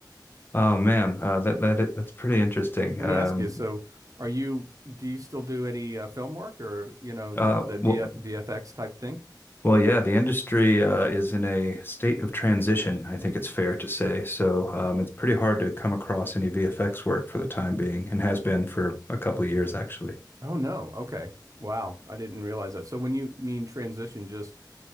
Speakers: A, on the left; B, on the right.
A: Oh man, uh, that that that's pretty interesting.
B: Let
A: Um,
B: me ask you. So, are you do you still do any uh, film work or you know
A: uh,
B: type of the
A: well,
B: v VFX type thing?
A: Well, yeah, the industry uh, is in a state of transition, I think it's fair to say. So um, it's pretty hard to come across any VFX work for the time being, and has been for a couple of years actually.
B: Oh no. Okay. Wow. I didn't realize that. So when you mean transition, just